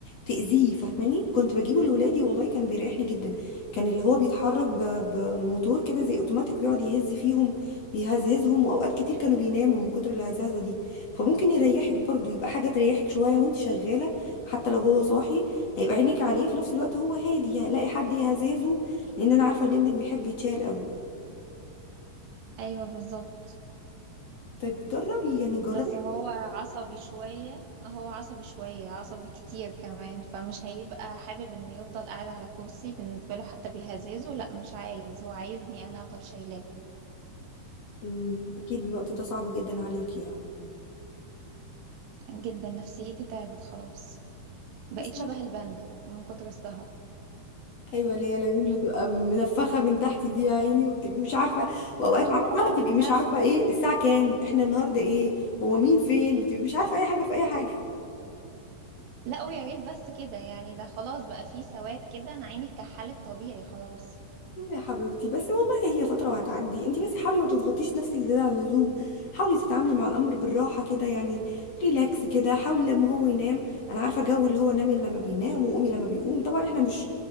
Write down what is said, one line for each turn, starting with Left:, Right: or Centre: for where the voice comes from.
Left: تاذيه فاهماني كنت بجيبه لاولادي والله كان بيريحني جدا كان اللي هو بيتحرك ب- بموتور كده زي اوتوماتيك بيقعد يهز فيهم يهزهزهم واوقات كتير كانوا بيناموا من كتر الهزازه دي فممكن يريحك برضو يبقى حاجه تريحك شويه وانت شغاله حتى لو هو صاحي هيبقى عينك عليه في نفس الوقت هو هادي هلاقي حد يهزهزه لان انا عارفه ان ابنك بيحب يتشال قوي
Right: ايوه بالظبط
Left: طيب جربي يعني جربي
Right: بس هو عصبي شوية هو عصبي شوية عصبي كتير كمان فمش هيبقى حابب انه يفضل قاعد على كرسي بالنسبة له حتى بيهزازه لا مش عايز هو عايزني انا افضل شايلاه
Left: امم اكيد الوقت ده صعب جدا عليك يعني
Right: جدا نفسيتي تعبت خلاص بقيت
Left: بس
Right: شبه الباندا من كتر السهر
Left: ايوه اللي هي العيون اللي تبقى منفخه من تحت دي يا عيني وبتبقي مش عارفه واوقات
Right: اه
Left: عارفه تبقي
Right: لا
Left: مش عارفه ايه الساعه كام احنا النهارده ايه هو مين فين بتبقي مش عارفه اي حاجه في اي حاجه
Right: لا ويا ريت بس كده يعني ده خلاص بقى فيه سواد كده انا عيني اتكحلت طبيعي خلاص
Left: يا حبيبتي بس والله هي فترة وهتعدي انتي بس حاولي ما تضغطيش نفسك زيادة عن اللزوم حاولي تتعاملي مع الأمر بالراحة كده يعني ريلاكس كده حاولي لما هو ينام أنا عارفة جو اللي هو نامي لما بينام وقومي لما بيقوم طبعا احنا مش